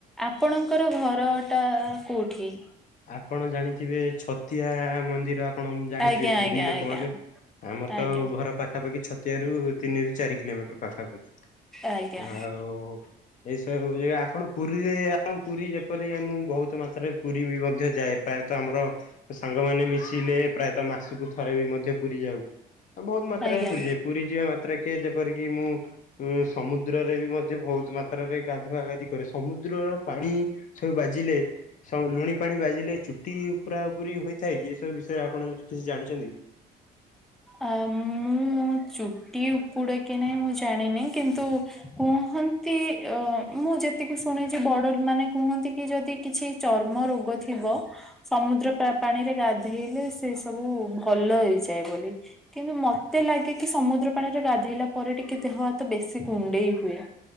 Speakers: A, in the centre; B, on the left (about 50°).
A: ଆପଣଙ୍କର ଘର ଟା କୋଉଠି?
B: ଆପଣ ଜାଣିଥିବେ ଛତିଆ ମନ୍ଦିର ଆପଣ ଜାଣିଥିବେ
A: ଆଜ୍ଞା
B: ପୁରୀ
A: ଆଜ୍ଞା
B: ଲୋକମାନେ।
A: ଆଜ୍ଞା
B: ଆମର
A: ଆଜ୍ଞା
B: ତ ଘର ପାଖାପାଖି ଛତିଆରୁ ତିନି ରୁ ଚାରି କିଲୋମିଟର ପାଖାପାଖି।
A: ଆଜ୍ଞା।
B: ଆଉ ଏଇସବୁ ଜାଗା ଆପଣ ପୁରୀରେ ଆ ପୁରୀ ଯେପରିିକ ମୁଁ ବହୁତ ମାତ୍ରାରେ ପୁରୀ ବି ମଧ୍ୟ ଯାଏ ପ୍ରାୟତଃ ଆମର ସାଙ୍ଗମାନେ ମିଶିଲେ ପ୍ରାୟତଃ ମାସକୁ ଥରେ ବି ମଧ୍ୟ ପୁରୀ ଯାଉ ବହୁତ ମାତ୍ରାରେ
A: ଆଜ୍ଞା
B: ପୁରୀ ଯାଏ ପୁରୀ ଯିବା ମାତ୍ରା କିଏ ଯେପରିକି ମୁଁ ଉଁ ସମୁଦ୍ରରେ ବି ମଧ୍ୟ ବହୁତ ମାତ୍ରାରେ ଗା ଗାଧୁଆଗାଧି କରେ ସମୁଦ୍ରର ପାଣି ସବୁ ବାଜିଲେ ସ ଲୁଣି ପାଣି ବାଜିଲେ ଚୁ ଉପୁରା ଉପୁରି ହୋଇଥାଏ କି ଏସବୁ ବିଷୟରେ ଆପଣ କିଛି ଜାଣିଛନ୍ତି?
A: ଆ ମୁଁ ଚୁଟି ଉପୁଡେ କି ନାହିଁ ମୁଁ ଜାଣିନି କିନ୍ତୁ କୁ କୁହନ୍ତି ଅ ମୁଁ ଯେତିକି ଶୁଣିଛି ବଡ ମାନେ କୁହନ୍ତି କି ଯଦି କିଛି ଚର୍ମ ରୋଗ ଥିବ ସମୁଦ୍ର ପା-ପାଣିରେ ଗାଧେଇଲେ ସେ ସବୁ ଭଲ ହେଇଯାଏ ବୋଲି। କିନ୍ତୁ ମତେ ଲାଗେ କି ସମୁଦ୍ର ପାଣିରେ ଗାଧେଇଲା ପରେ ଟିକେ ଦେହ ହାତ ବେଶୀ କୁଣ୍ଡେଇ ହୁଏ।